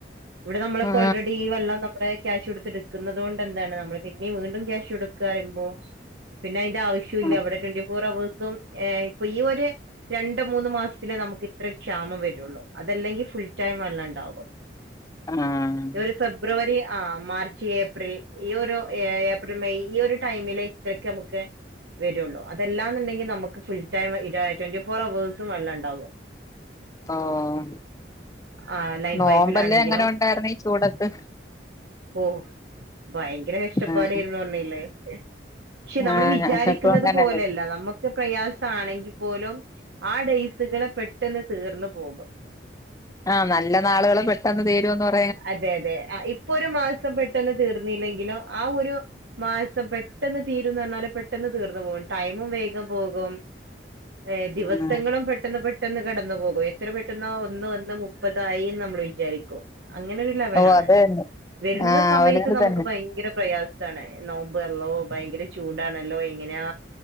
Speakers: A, on the right; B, on the left.
A: ഇവിടെ നമ്മളൊക്ക
B: ആ
A: ഓൾറെഡി ഈ വെള്ളം നമ്മുടെ ക്യാഷ് കൊടുത്ത് എടുക്കുന്നുത് കൊണ്ട് എന്താണ് നമ്മള് പിന്നീം വീണ്ടും ക്യാഷ് കൊടുക്കാ റീമ്പോ പിന്നെ അയിന്റെ ആവശ്യോം
B: ആ
A: ഇല്ല ഇവിടെ ട്വന്റി ഫോർ ഹവേഴ്സും ഏഹ് ഇപ്പൊ ഈ ഒരു രണ്ട് മൂന്ന് മാസത്തിലേ നമുക്ക് ഇത്ര ക്ഷാമം വരുള്ളൂ അതല്ലെങ്കിൽ ഫുൾ ടൈം വള്ളം ണ്ടാാവും
B: ആഹ്
A: ഒരു ഫെബ്രുവരി ആഹ് മാർച്ച് ഏപ്രിൽ ഈ ഒരു എ ഐ ബടെ മേയ് ഈ ഒരു ടൈമിലേ ഇത്രക്ക് നമുക്ക് വരുള്ളൂ അതെല്ലാന്നുണ്ടെങ്കി നമുക്ക് ഫുൾ ടൈം ഇടാ ട്വന്റി ഫോർ ഹവേഴ്സും വെള്ളണ്ടാവും
B: ഓഹ്
A: ആ ലൈൻ
B: നോമ്പല്ലാം
A: പൈപ്പിലാണെങ്കിലും
B: എങ്ങനെ ഉണ്ടായിരുന്നു ഈ ചൂടത്ത്
A: ഓ ഭയങ്കര കഷ്ടപ്പാടര്ന്നു
B: ആഹ്
A: റഞ്ഞില്ലേ പക്ഷെ നമ്മള്
B: ആഹ്
A: വിചാരിക്കുന്നത്
B: ഞങ്ങക്കും അങ്ങനെന്നെ
A: പോലെയല്ല നമ്മക്ക്. പ്രയാസ ആണെങ്കിൽ പോലും ആ ഡേയ്സുകള് പെട്ടെന്ന് തീർന്നു പോകും.
B: ആഹ് നല്ല നാളാള് പെട്ടെന്ന് തീരോന്ന് പറഞ്ഞ
A: അതെ അതെ ആഹ് ഇപ്പൊ ഒരു മാസം പെട്ടെന്ന് തീർന്നില്ലെങ്കിലോ ആ ഒരു മാസം പെട്ടെന്ന് തീരോന്ന് പറഞ്ഞാല് പെട്ടെന്ന് തീർന്ന് പോകും ടൈമും വേഗം പോകും. ഏഹ് ദിവസങ്ങളും
B: ആഹ്
A: പെട്ടെന്ന് പെ ട്ടെന്ന് കടന്നു പോകും എത്ര പെട്ടെന്നോ ഒന്ന് വന്ന് മുപ്പതായിന്ന് നമ്മൾ വിചാരിക്കും. അങ്ങനൊരു ലെവലാണ്
B: ഓ അത് തന്നെ
A: വരുന്ന
B: ആഹ്
A: സമയത്ത്
B: ഒരിതിൽ
A: നമുക്ക്
B: തന്നെ
A: ഭയങ്കര പ്രയാ സാണ് നോമ്പ് അള്ളോ ഭയങ്കര ചൂടാണല്ലോ എങ്ങനെയാ